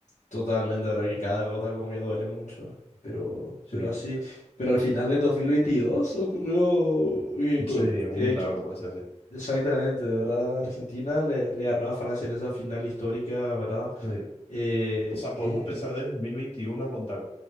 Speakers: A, on the left; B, on the left.
A: Totalmente, de ¿verdad? Que cada gota como que duele mucho. Pero,
B: Sí,
A: pero así. Pero al final del 2022 ocurrió. que co-
B: sí, un
A: eh,
B: milagro,
A: que-
B: por así decirlo.
A: exactamente, ¿verdad? Argentina le, le ganó a Francia en esa final histórica, ¿verdad?
B: Sí.
A: Eh,
B: O sea, podemos
A: eh,
B: empezar de 2021 a contar,